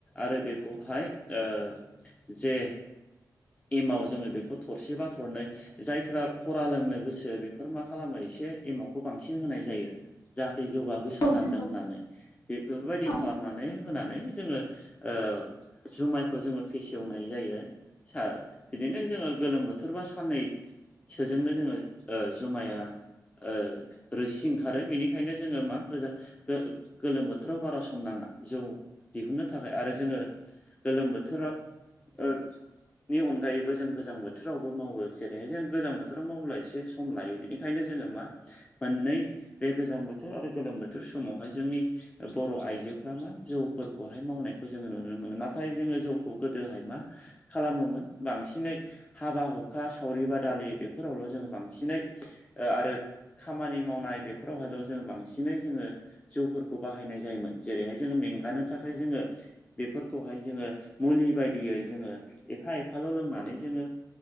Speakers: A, on the left; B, on the left.
A: आरो बेखौहाय ओ जे एमाव जोंङो बेखौ थरसेबा थरनै जायफ्रा खरा लोंनो गोसो बेफोर मा खालामो एसे एमावखौ बांसिन होनाय जायो। जाहाथे जौआ गोसा
B: औ
A: जाथों
B: नंगौ
A: होननानै बेफोरबायदि
B: औ
A: खालामनानै होनानै जोङो ओ-जुमायखौ जोङो फेसेवनाय जायो। सा बिदिनो जोङो गोलोम बोथोर बा साननै। सोजोंनो जोङो ओ-जुमाया ओ-रोसि ओंखारो बेनिख बेंखायनो जोङो मा गोजा-गोलोम बोथोराव बारा सम नाङा जौ दिहुननो थाखाय आरो जोङो गोलोम बोथोराव ओ नि अनगायैबो जों गोजां बोथोरावबो मावो जेरैहाय जों गोजां बोथोराव मावला एसे सम लायो बेनिखायनो जोङो मा मोननै बे गोजां बोथोर आरो गोलोम बोथोर समावहाय जोंनि बर' आइजोफ मा जौफोरखौहाय मावनायखौ जोंङो नुनो मोनो नाथाय जोंङो जौखौ गोदोहाय मा? खालामोन बांसिनै हाबा हुखा सावरि बादालि बेफोरावल' जोंङो बांसिनै आरो खामानि मावनाय बेफोर फोरावहायल' जोंङो बांसिनै जोंङो जौफोरखौ बाहायनाय जायोमोन जेरैहाय जोंङो मेंगानो थाखाय जोंङो बेफोरखौहाय जोंङो मुलि बायदियै जोंङो एफा एफाल' लोंनानै जोंङो-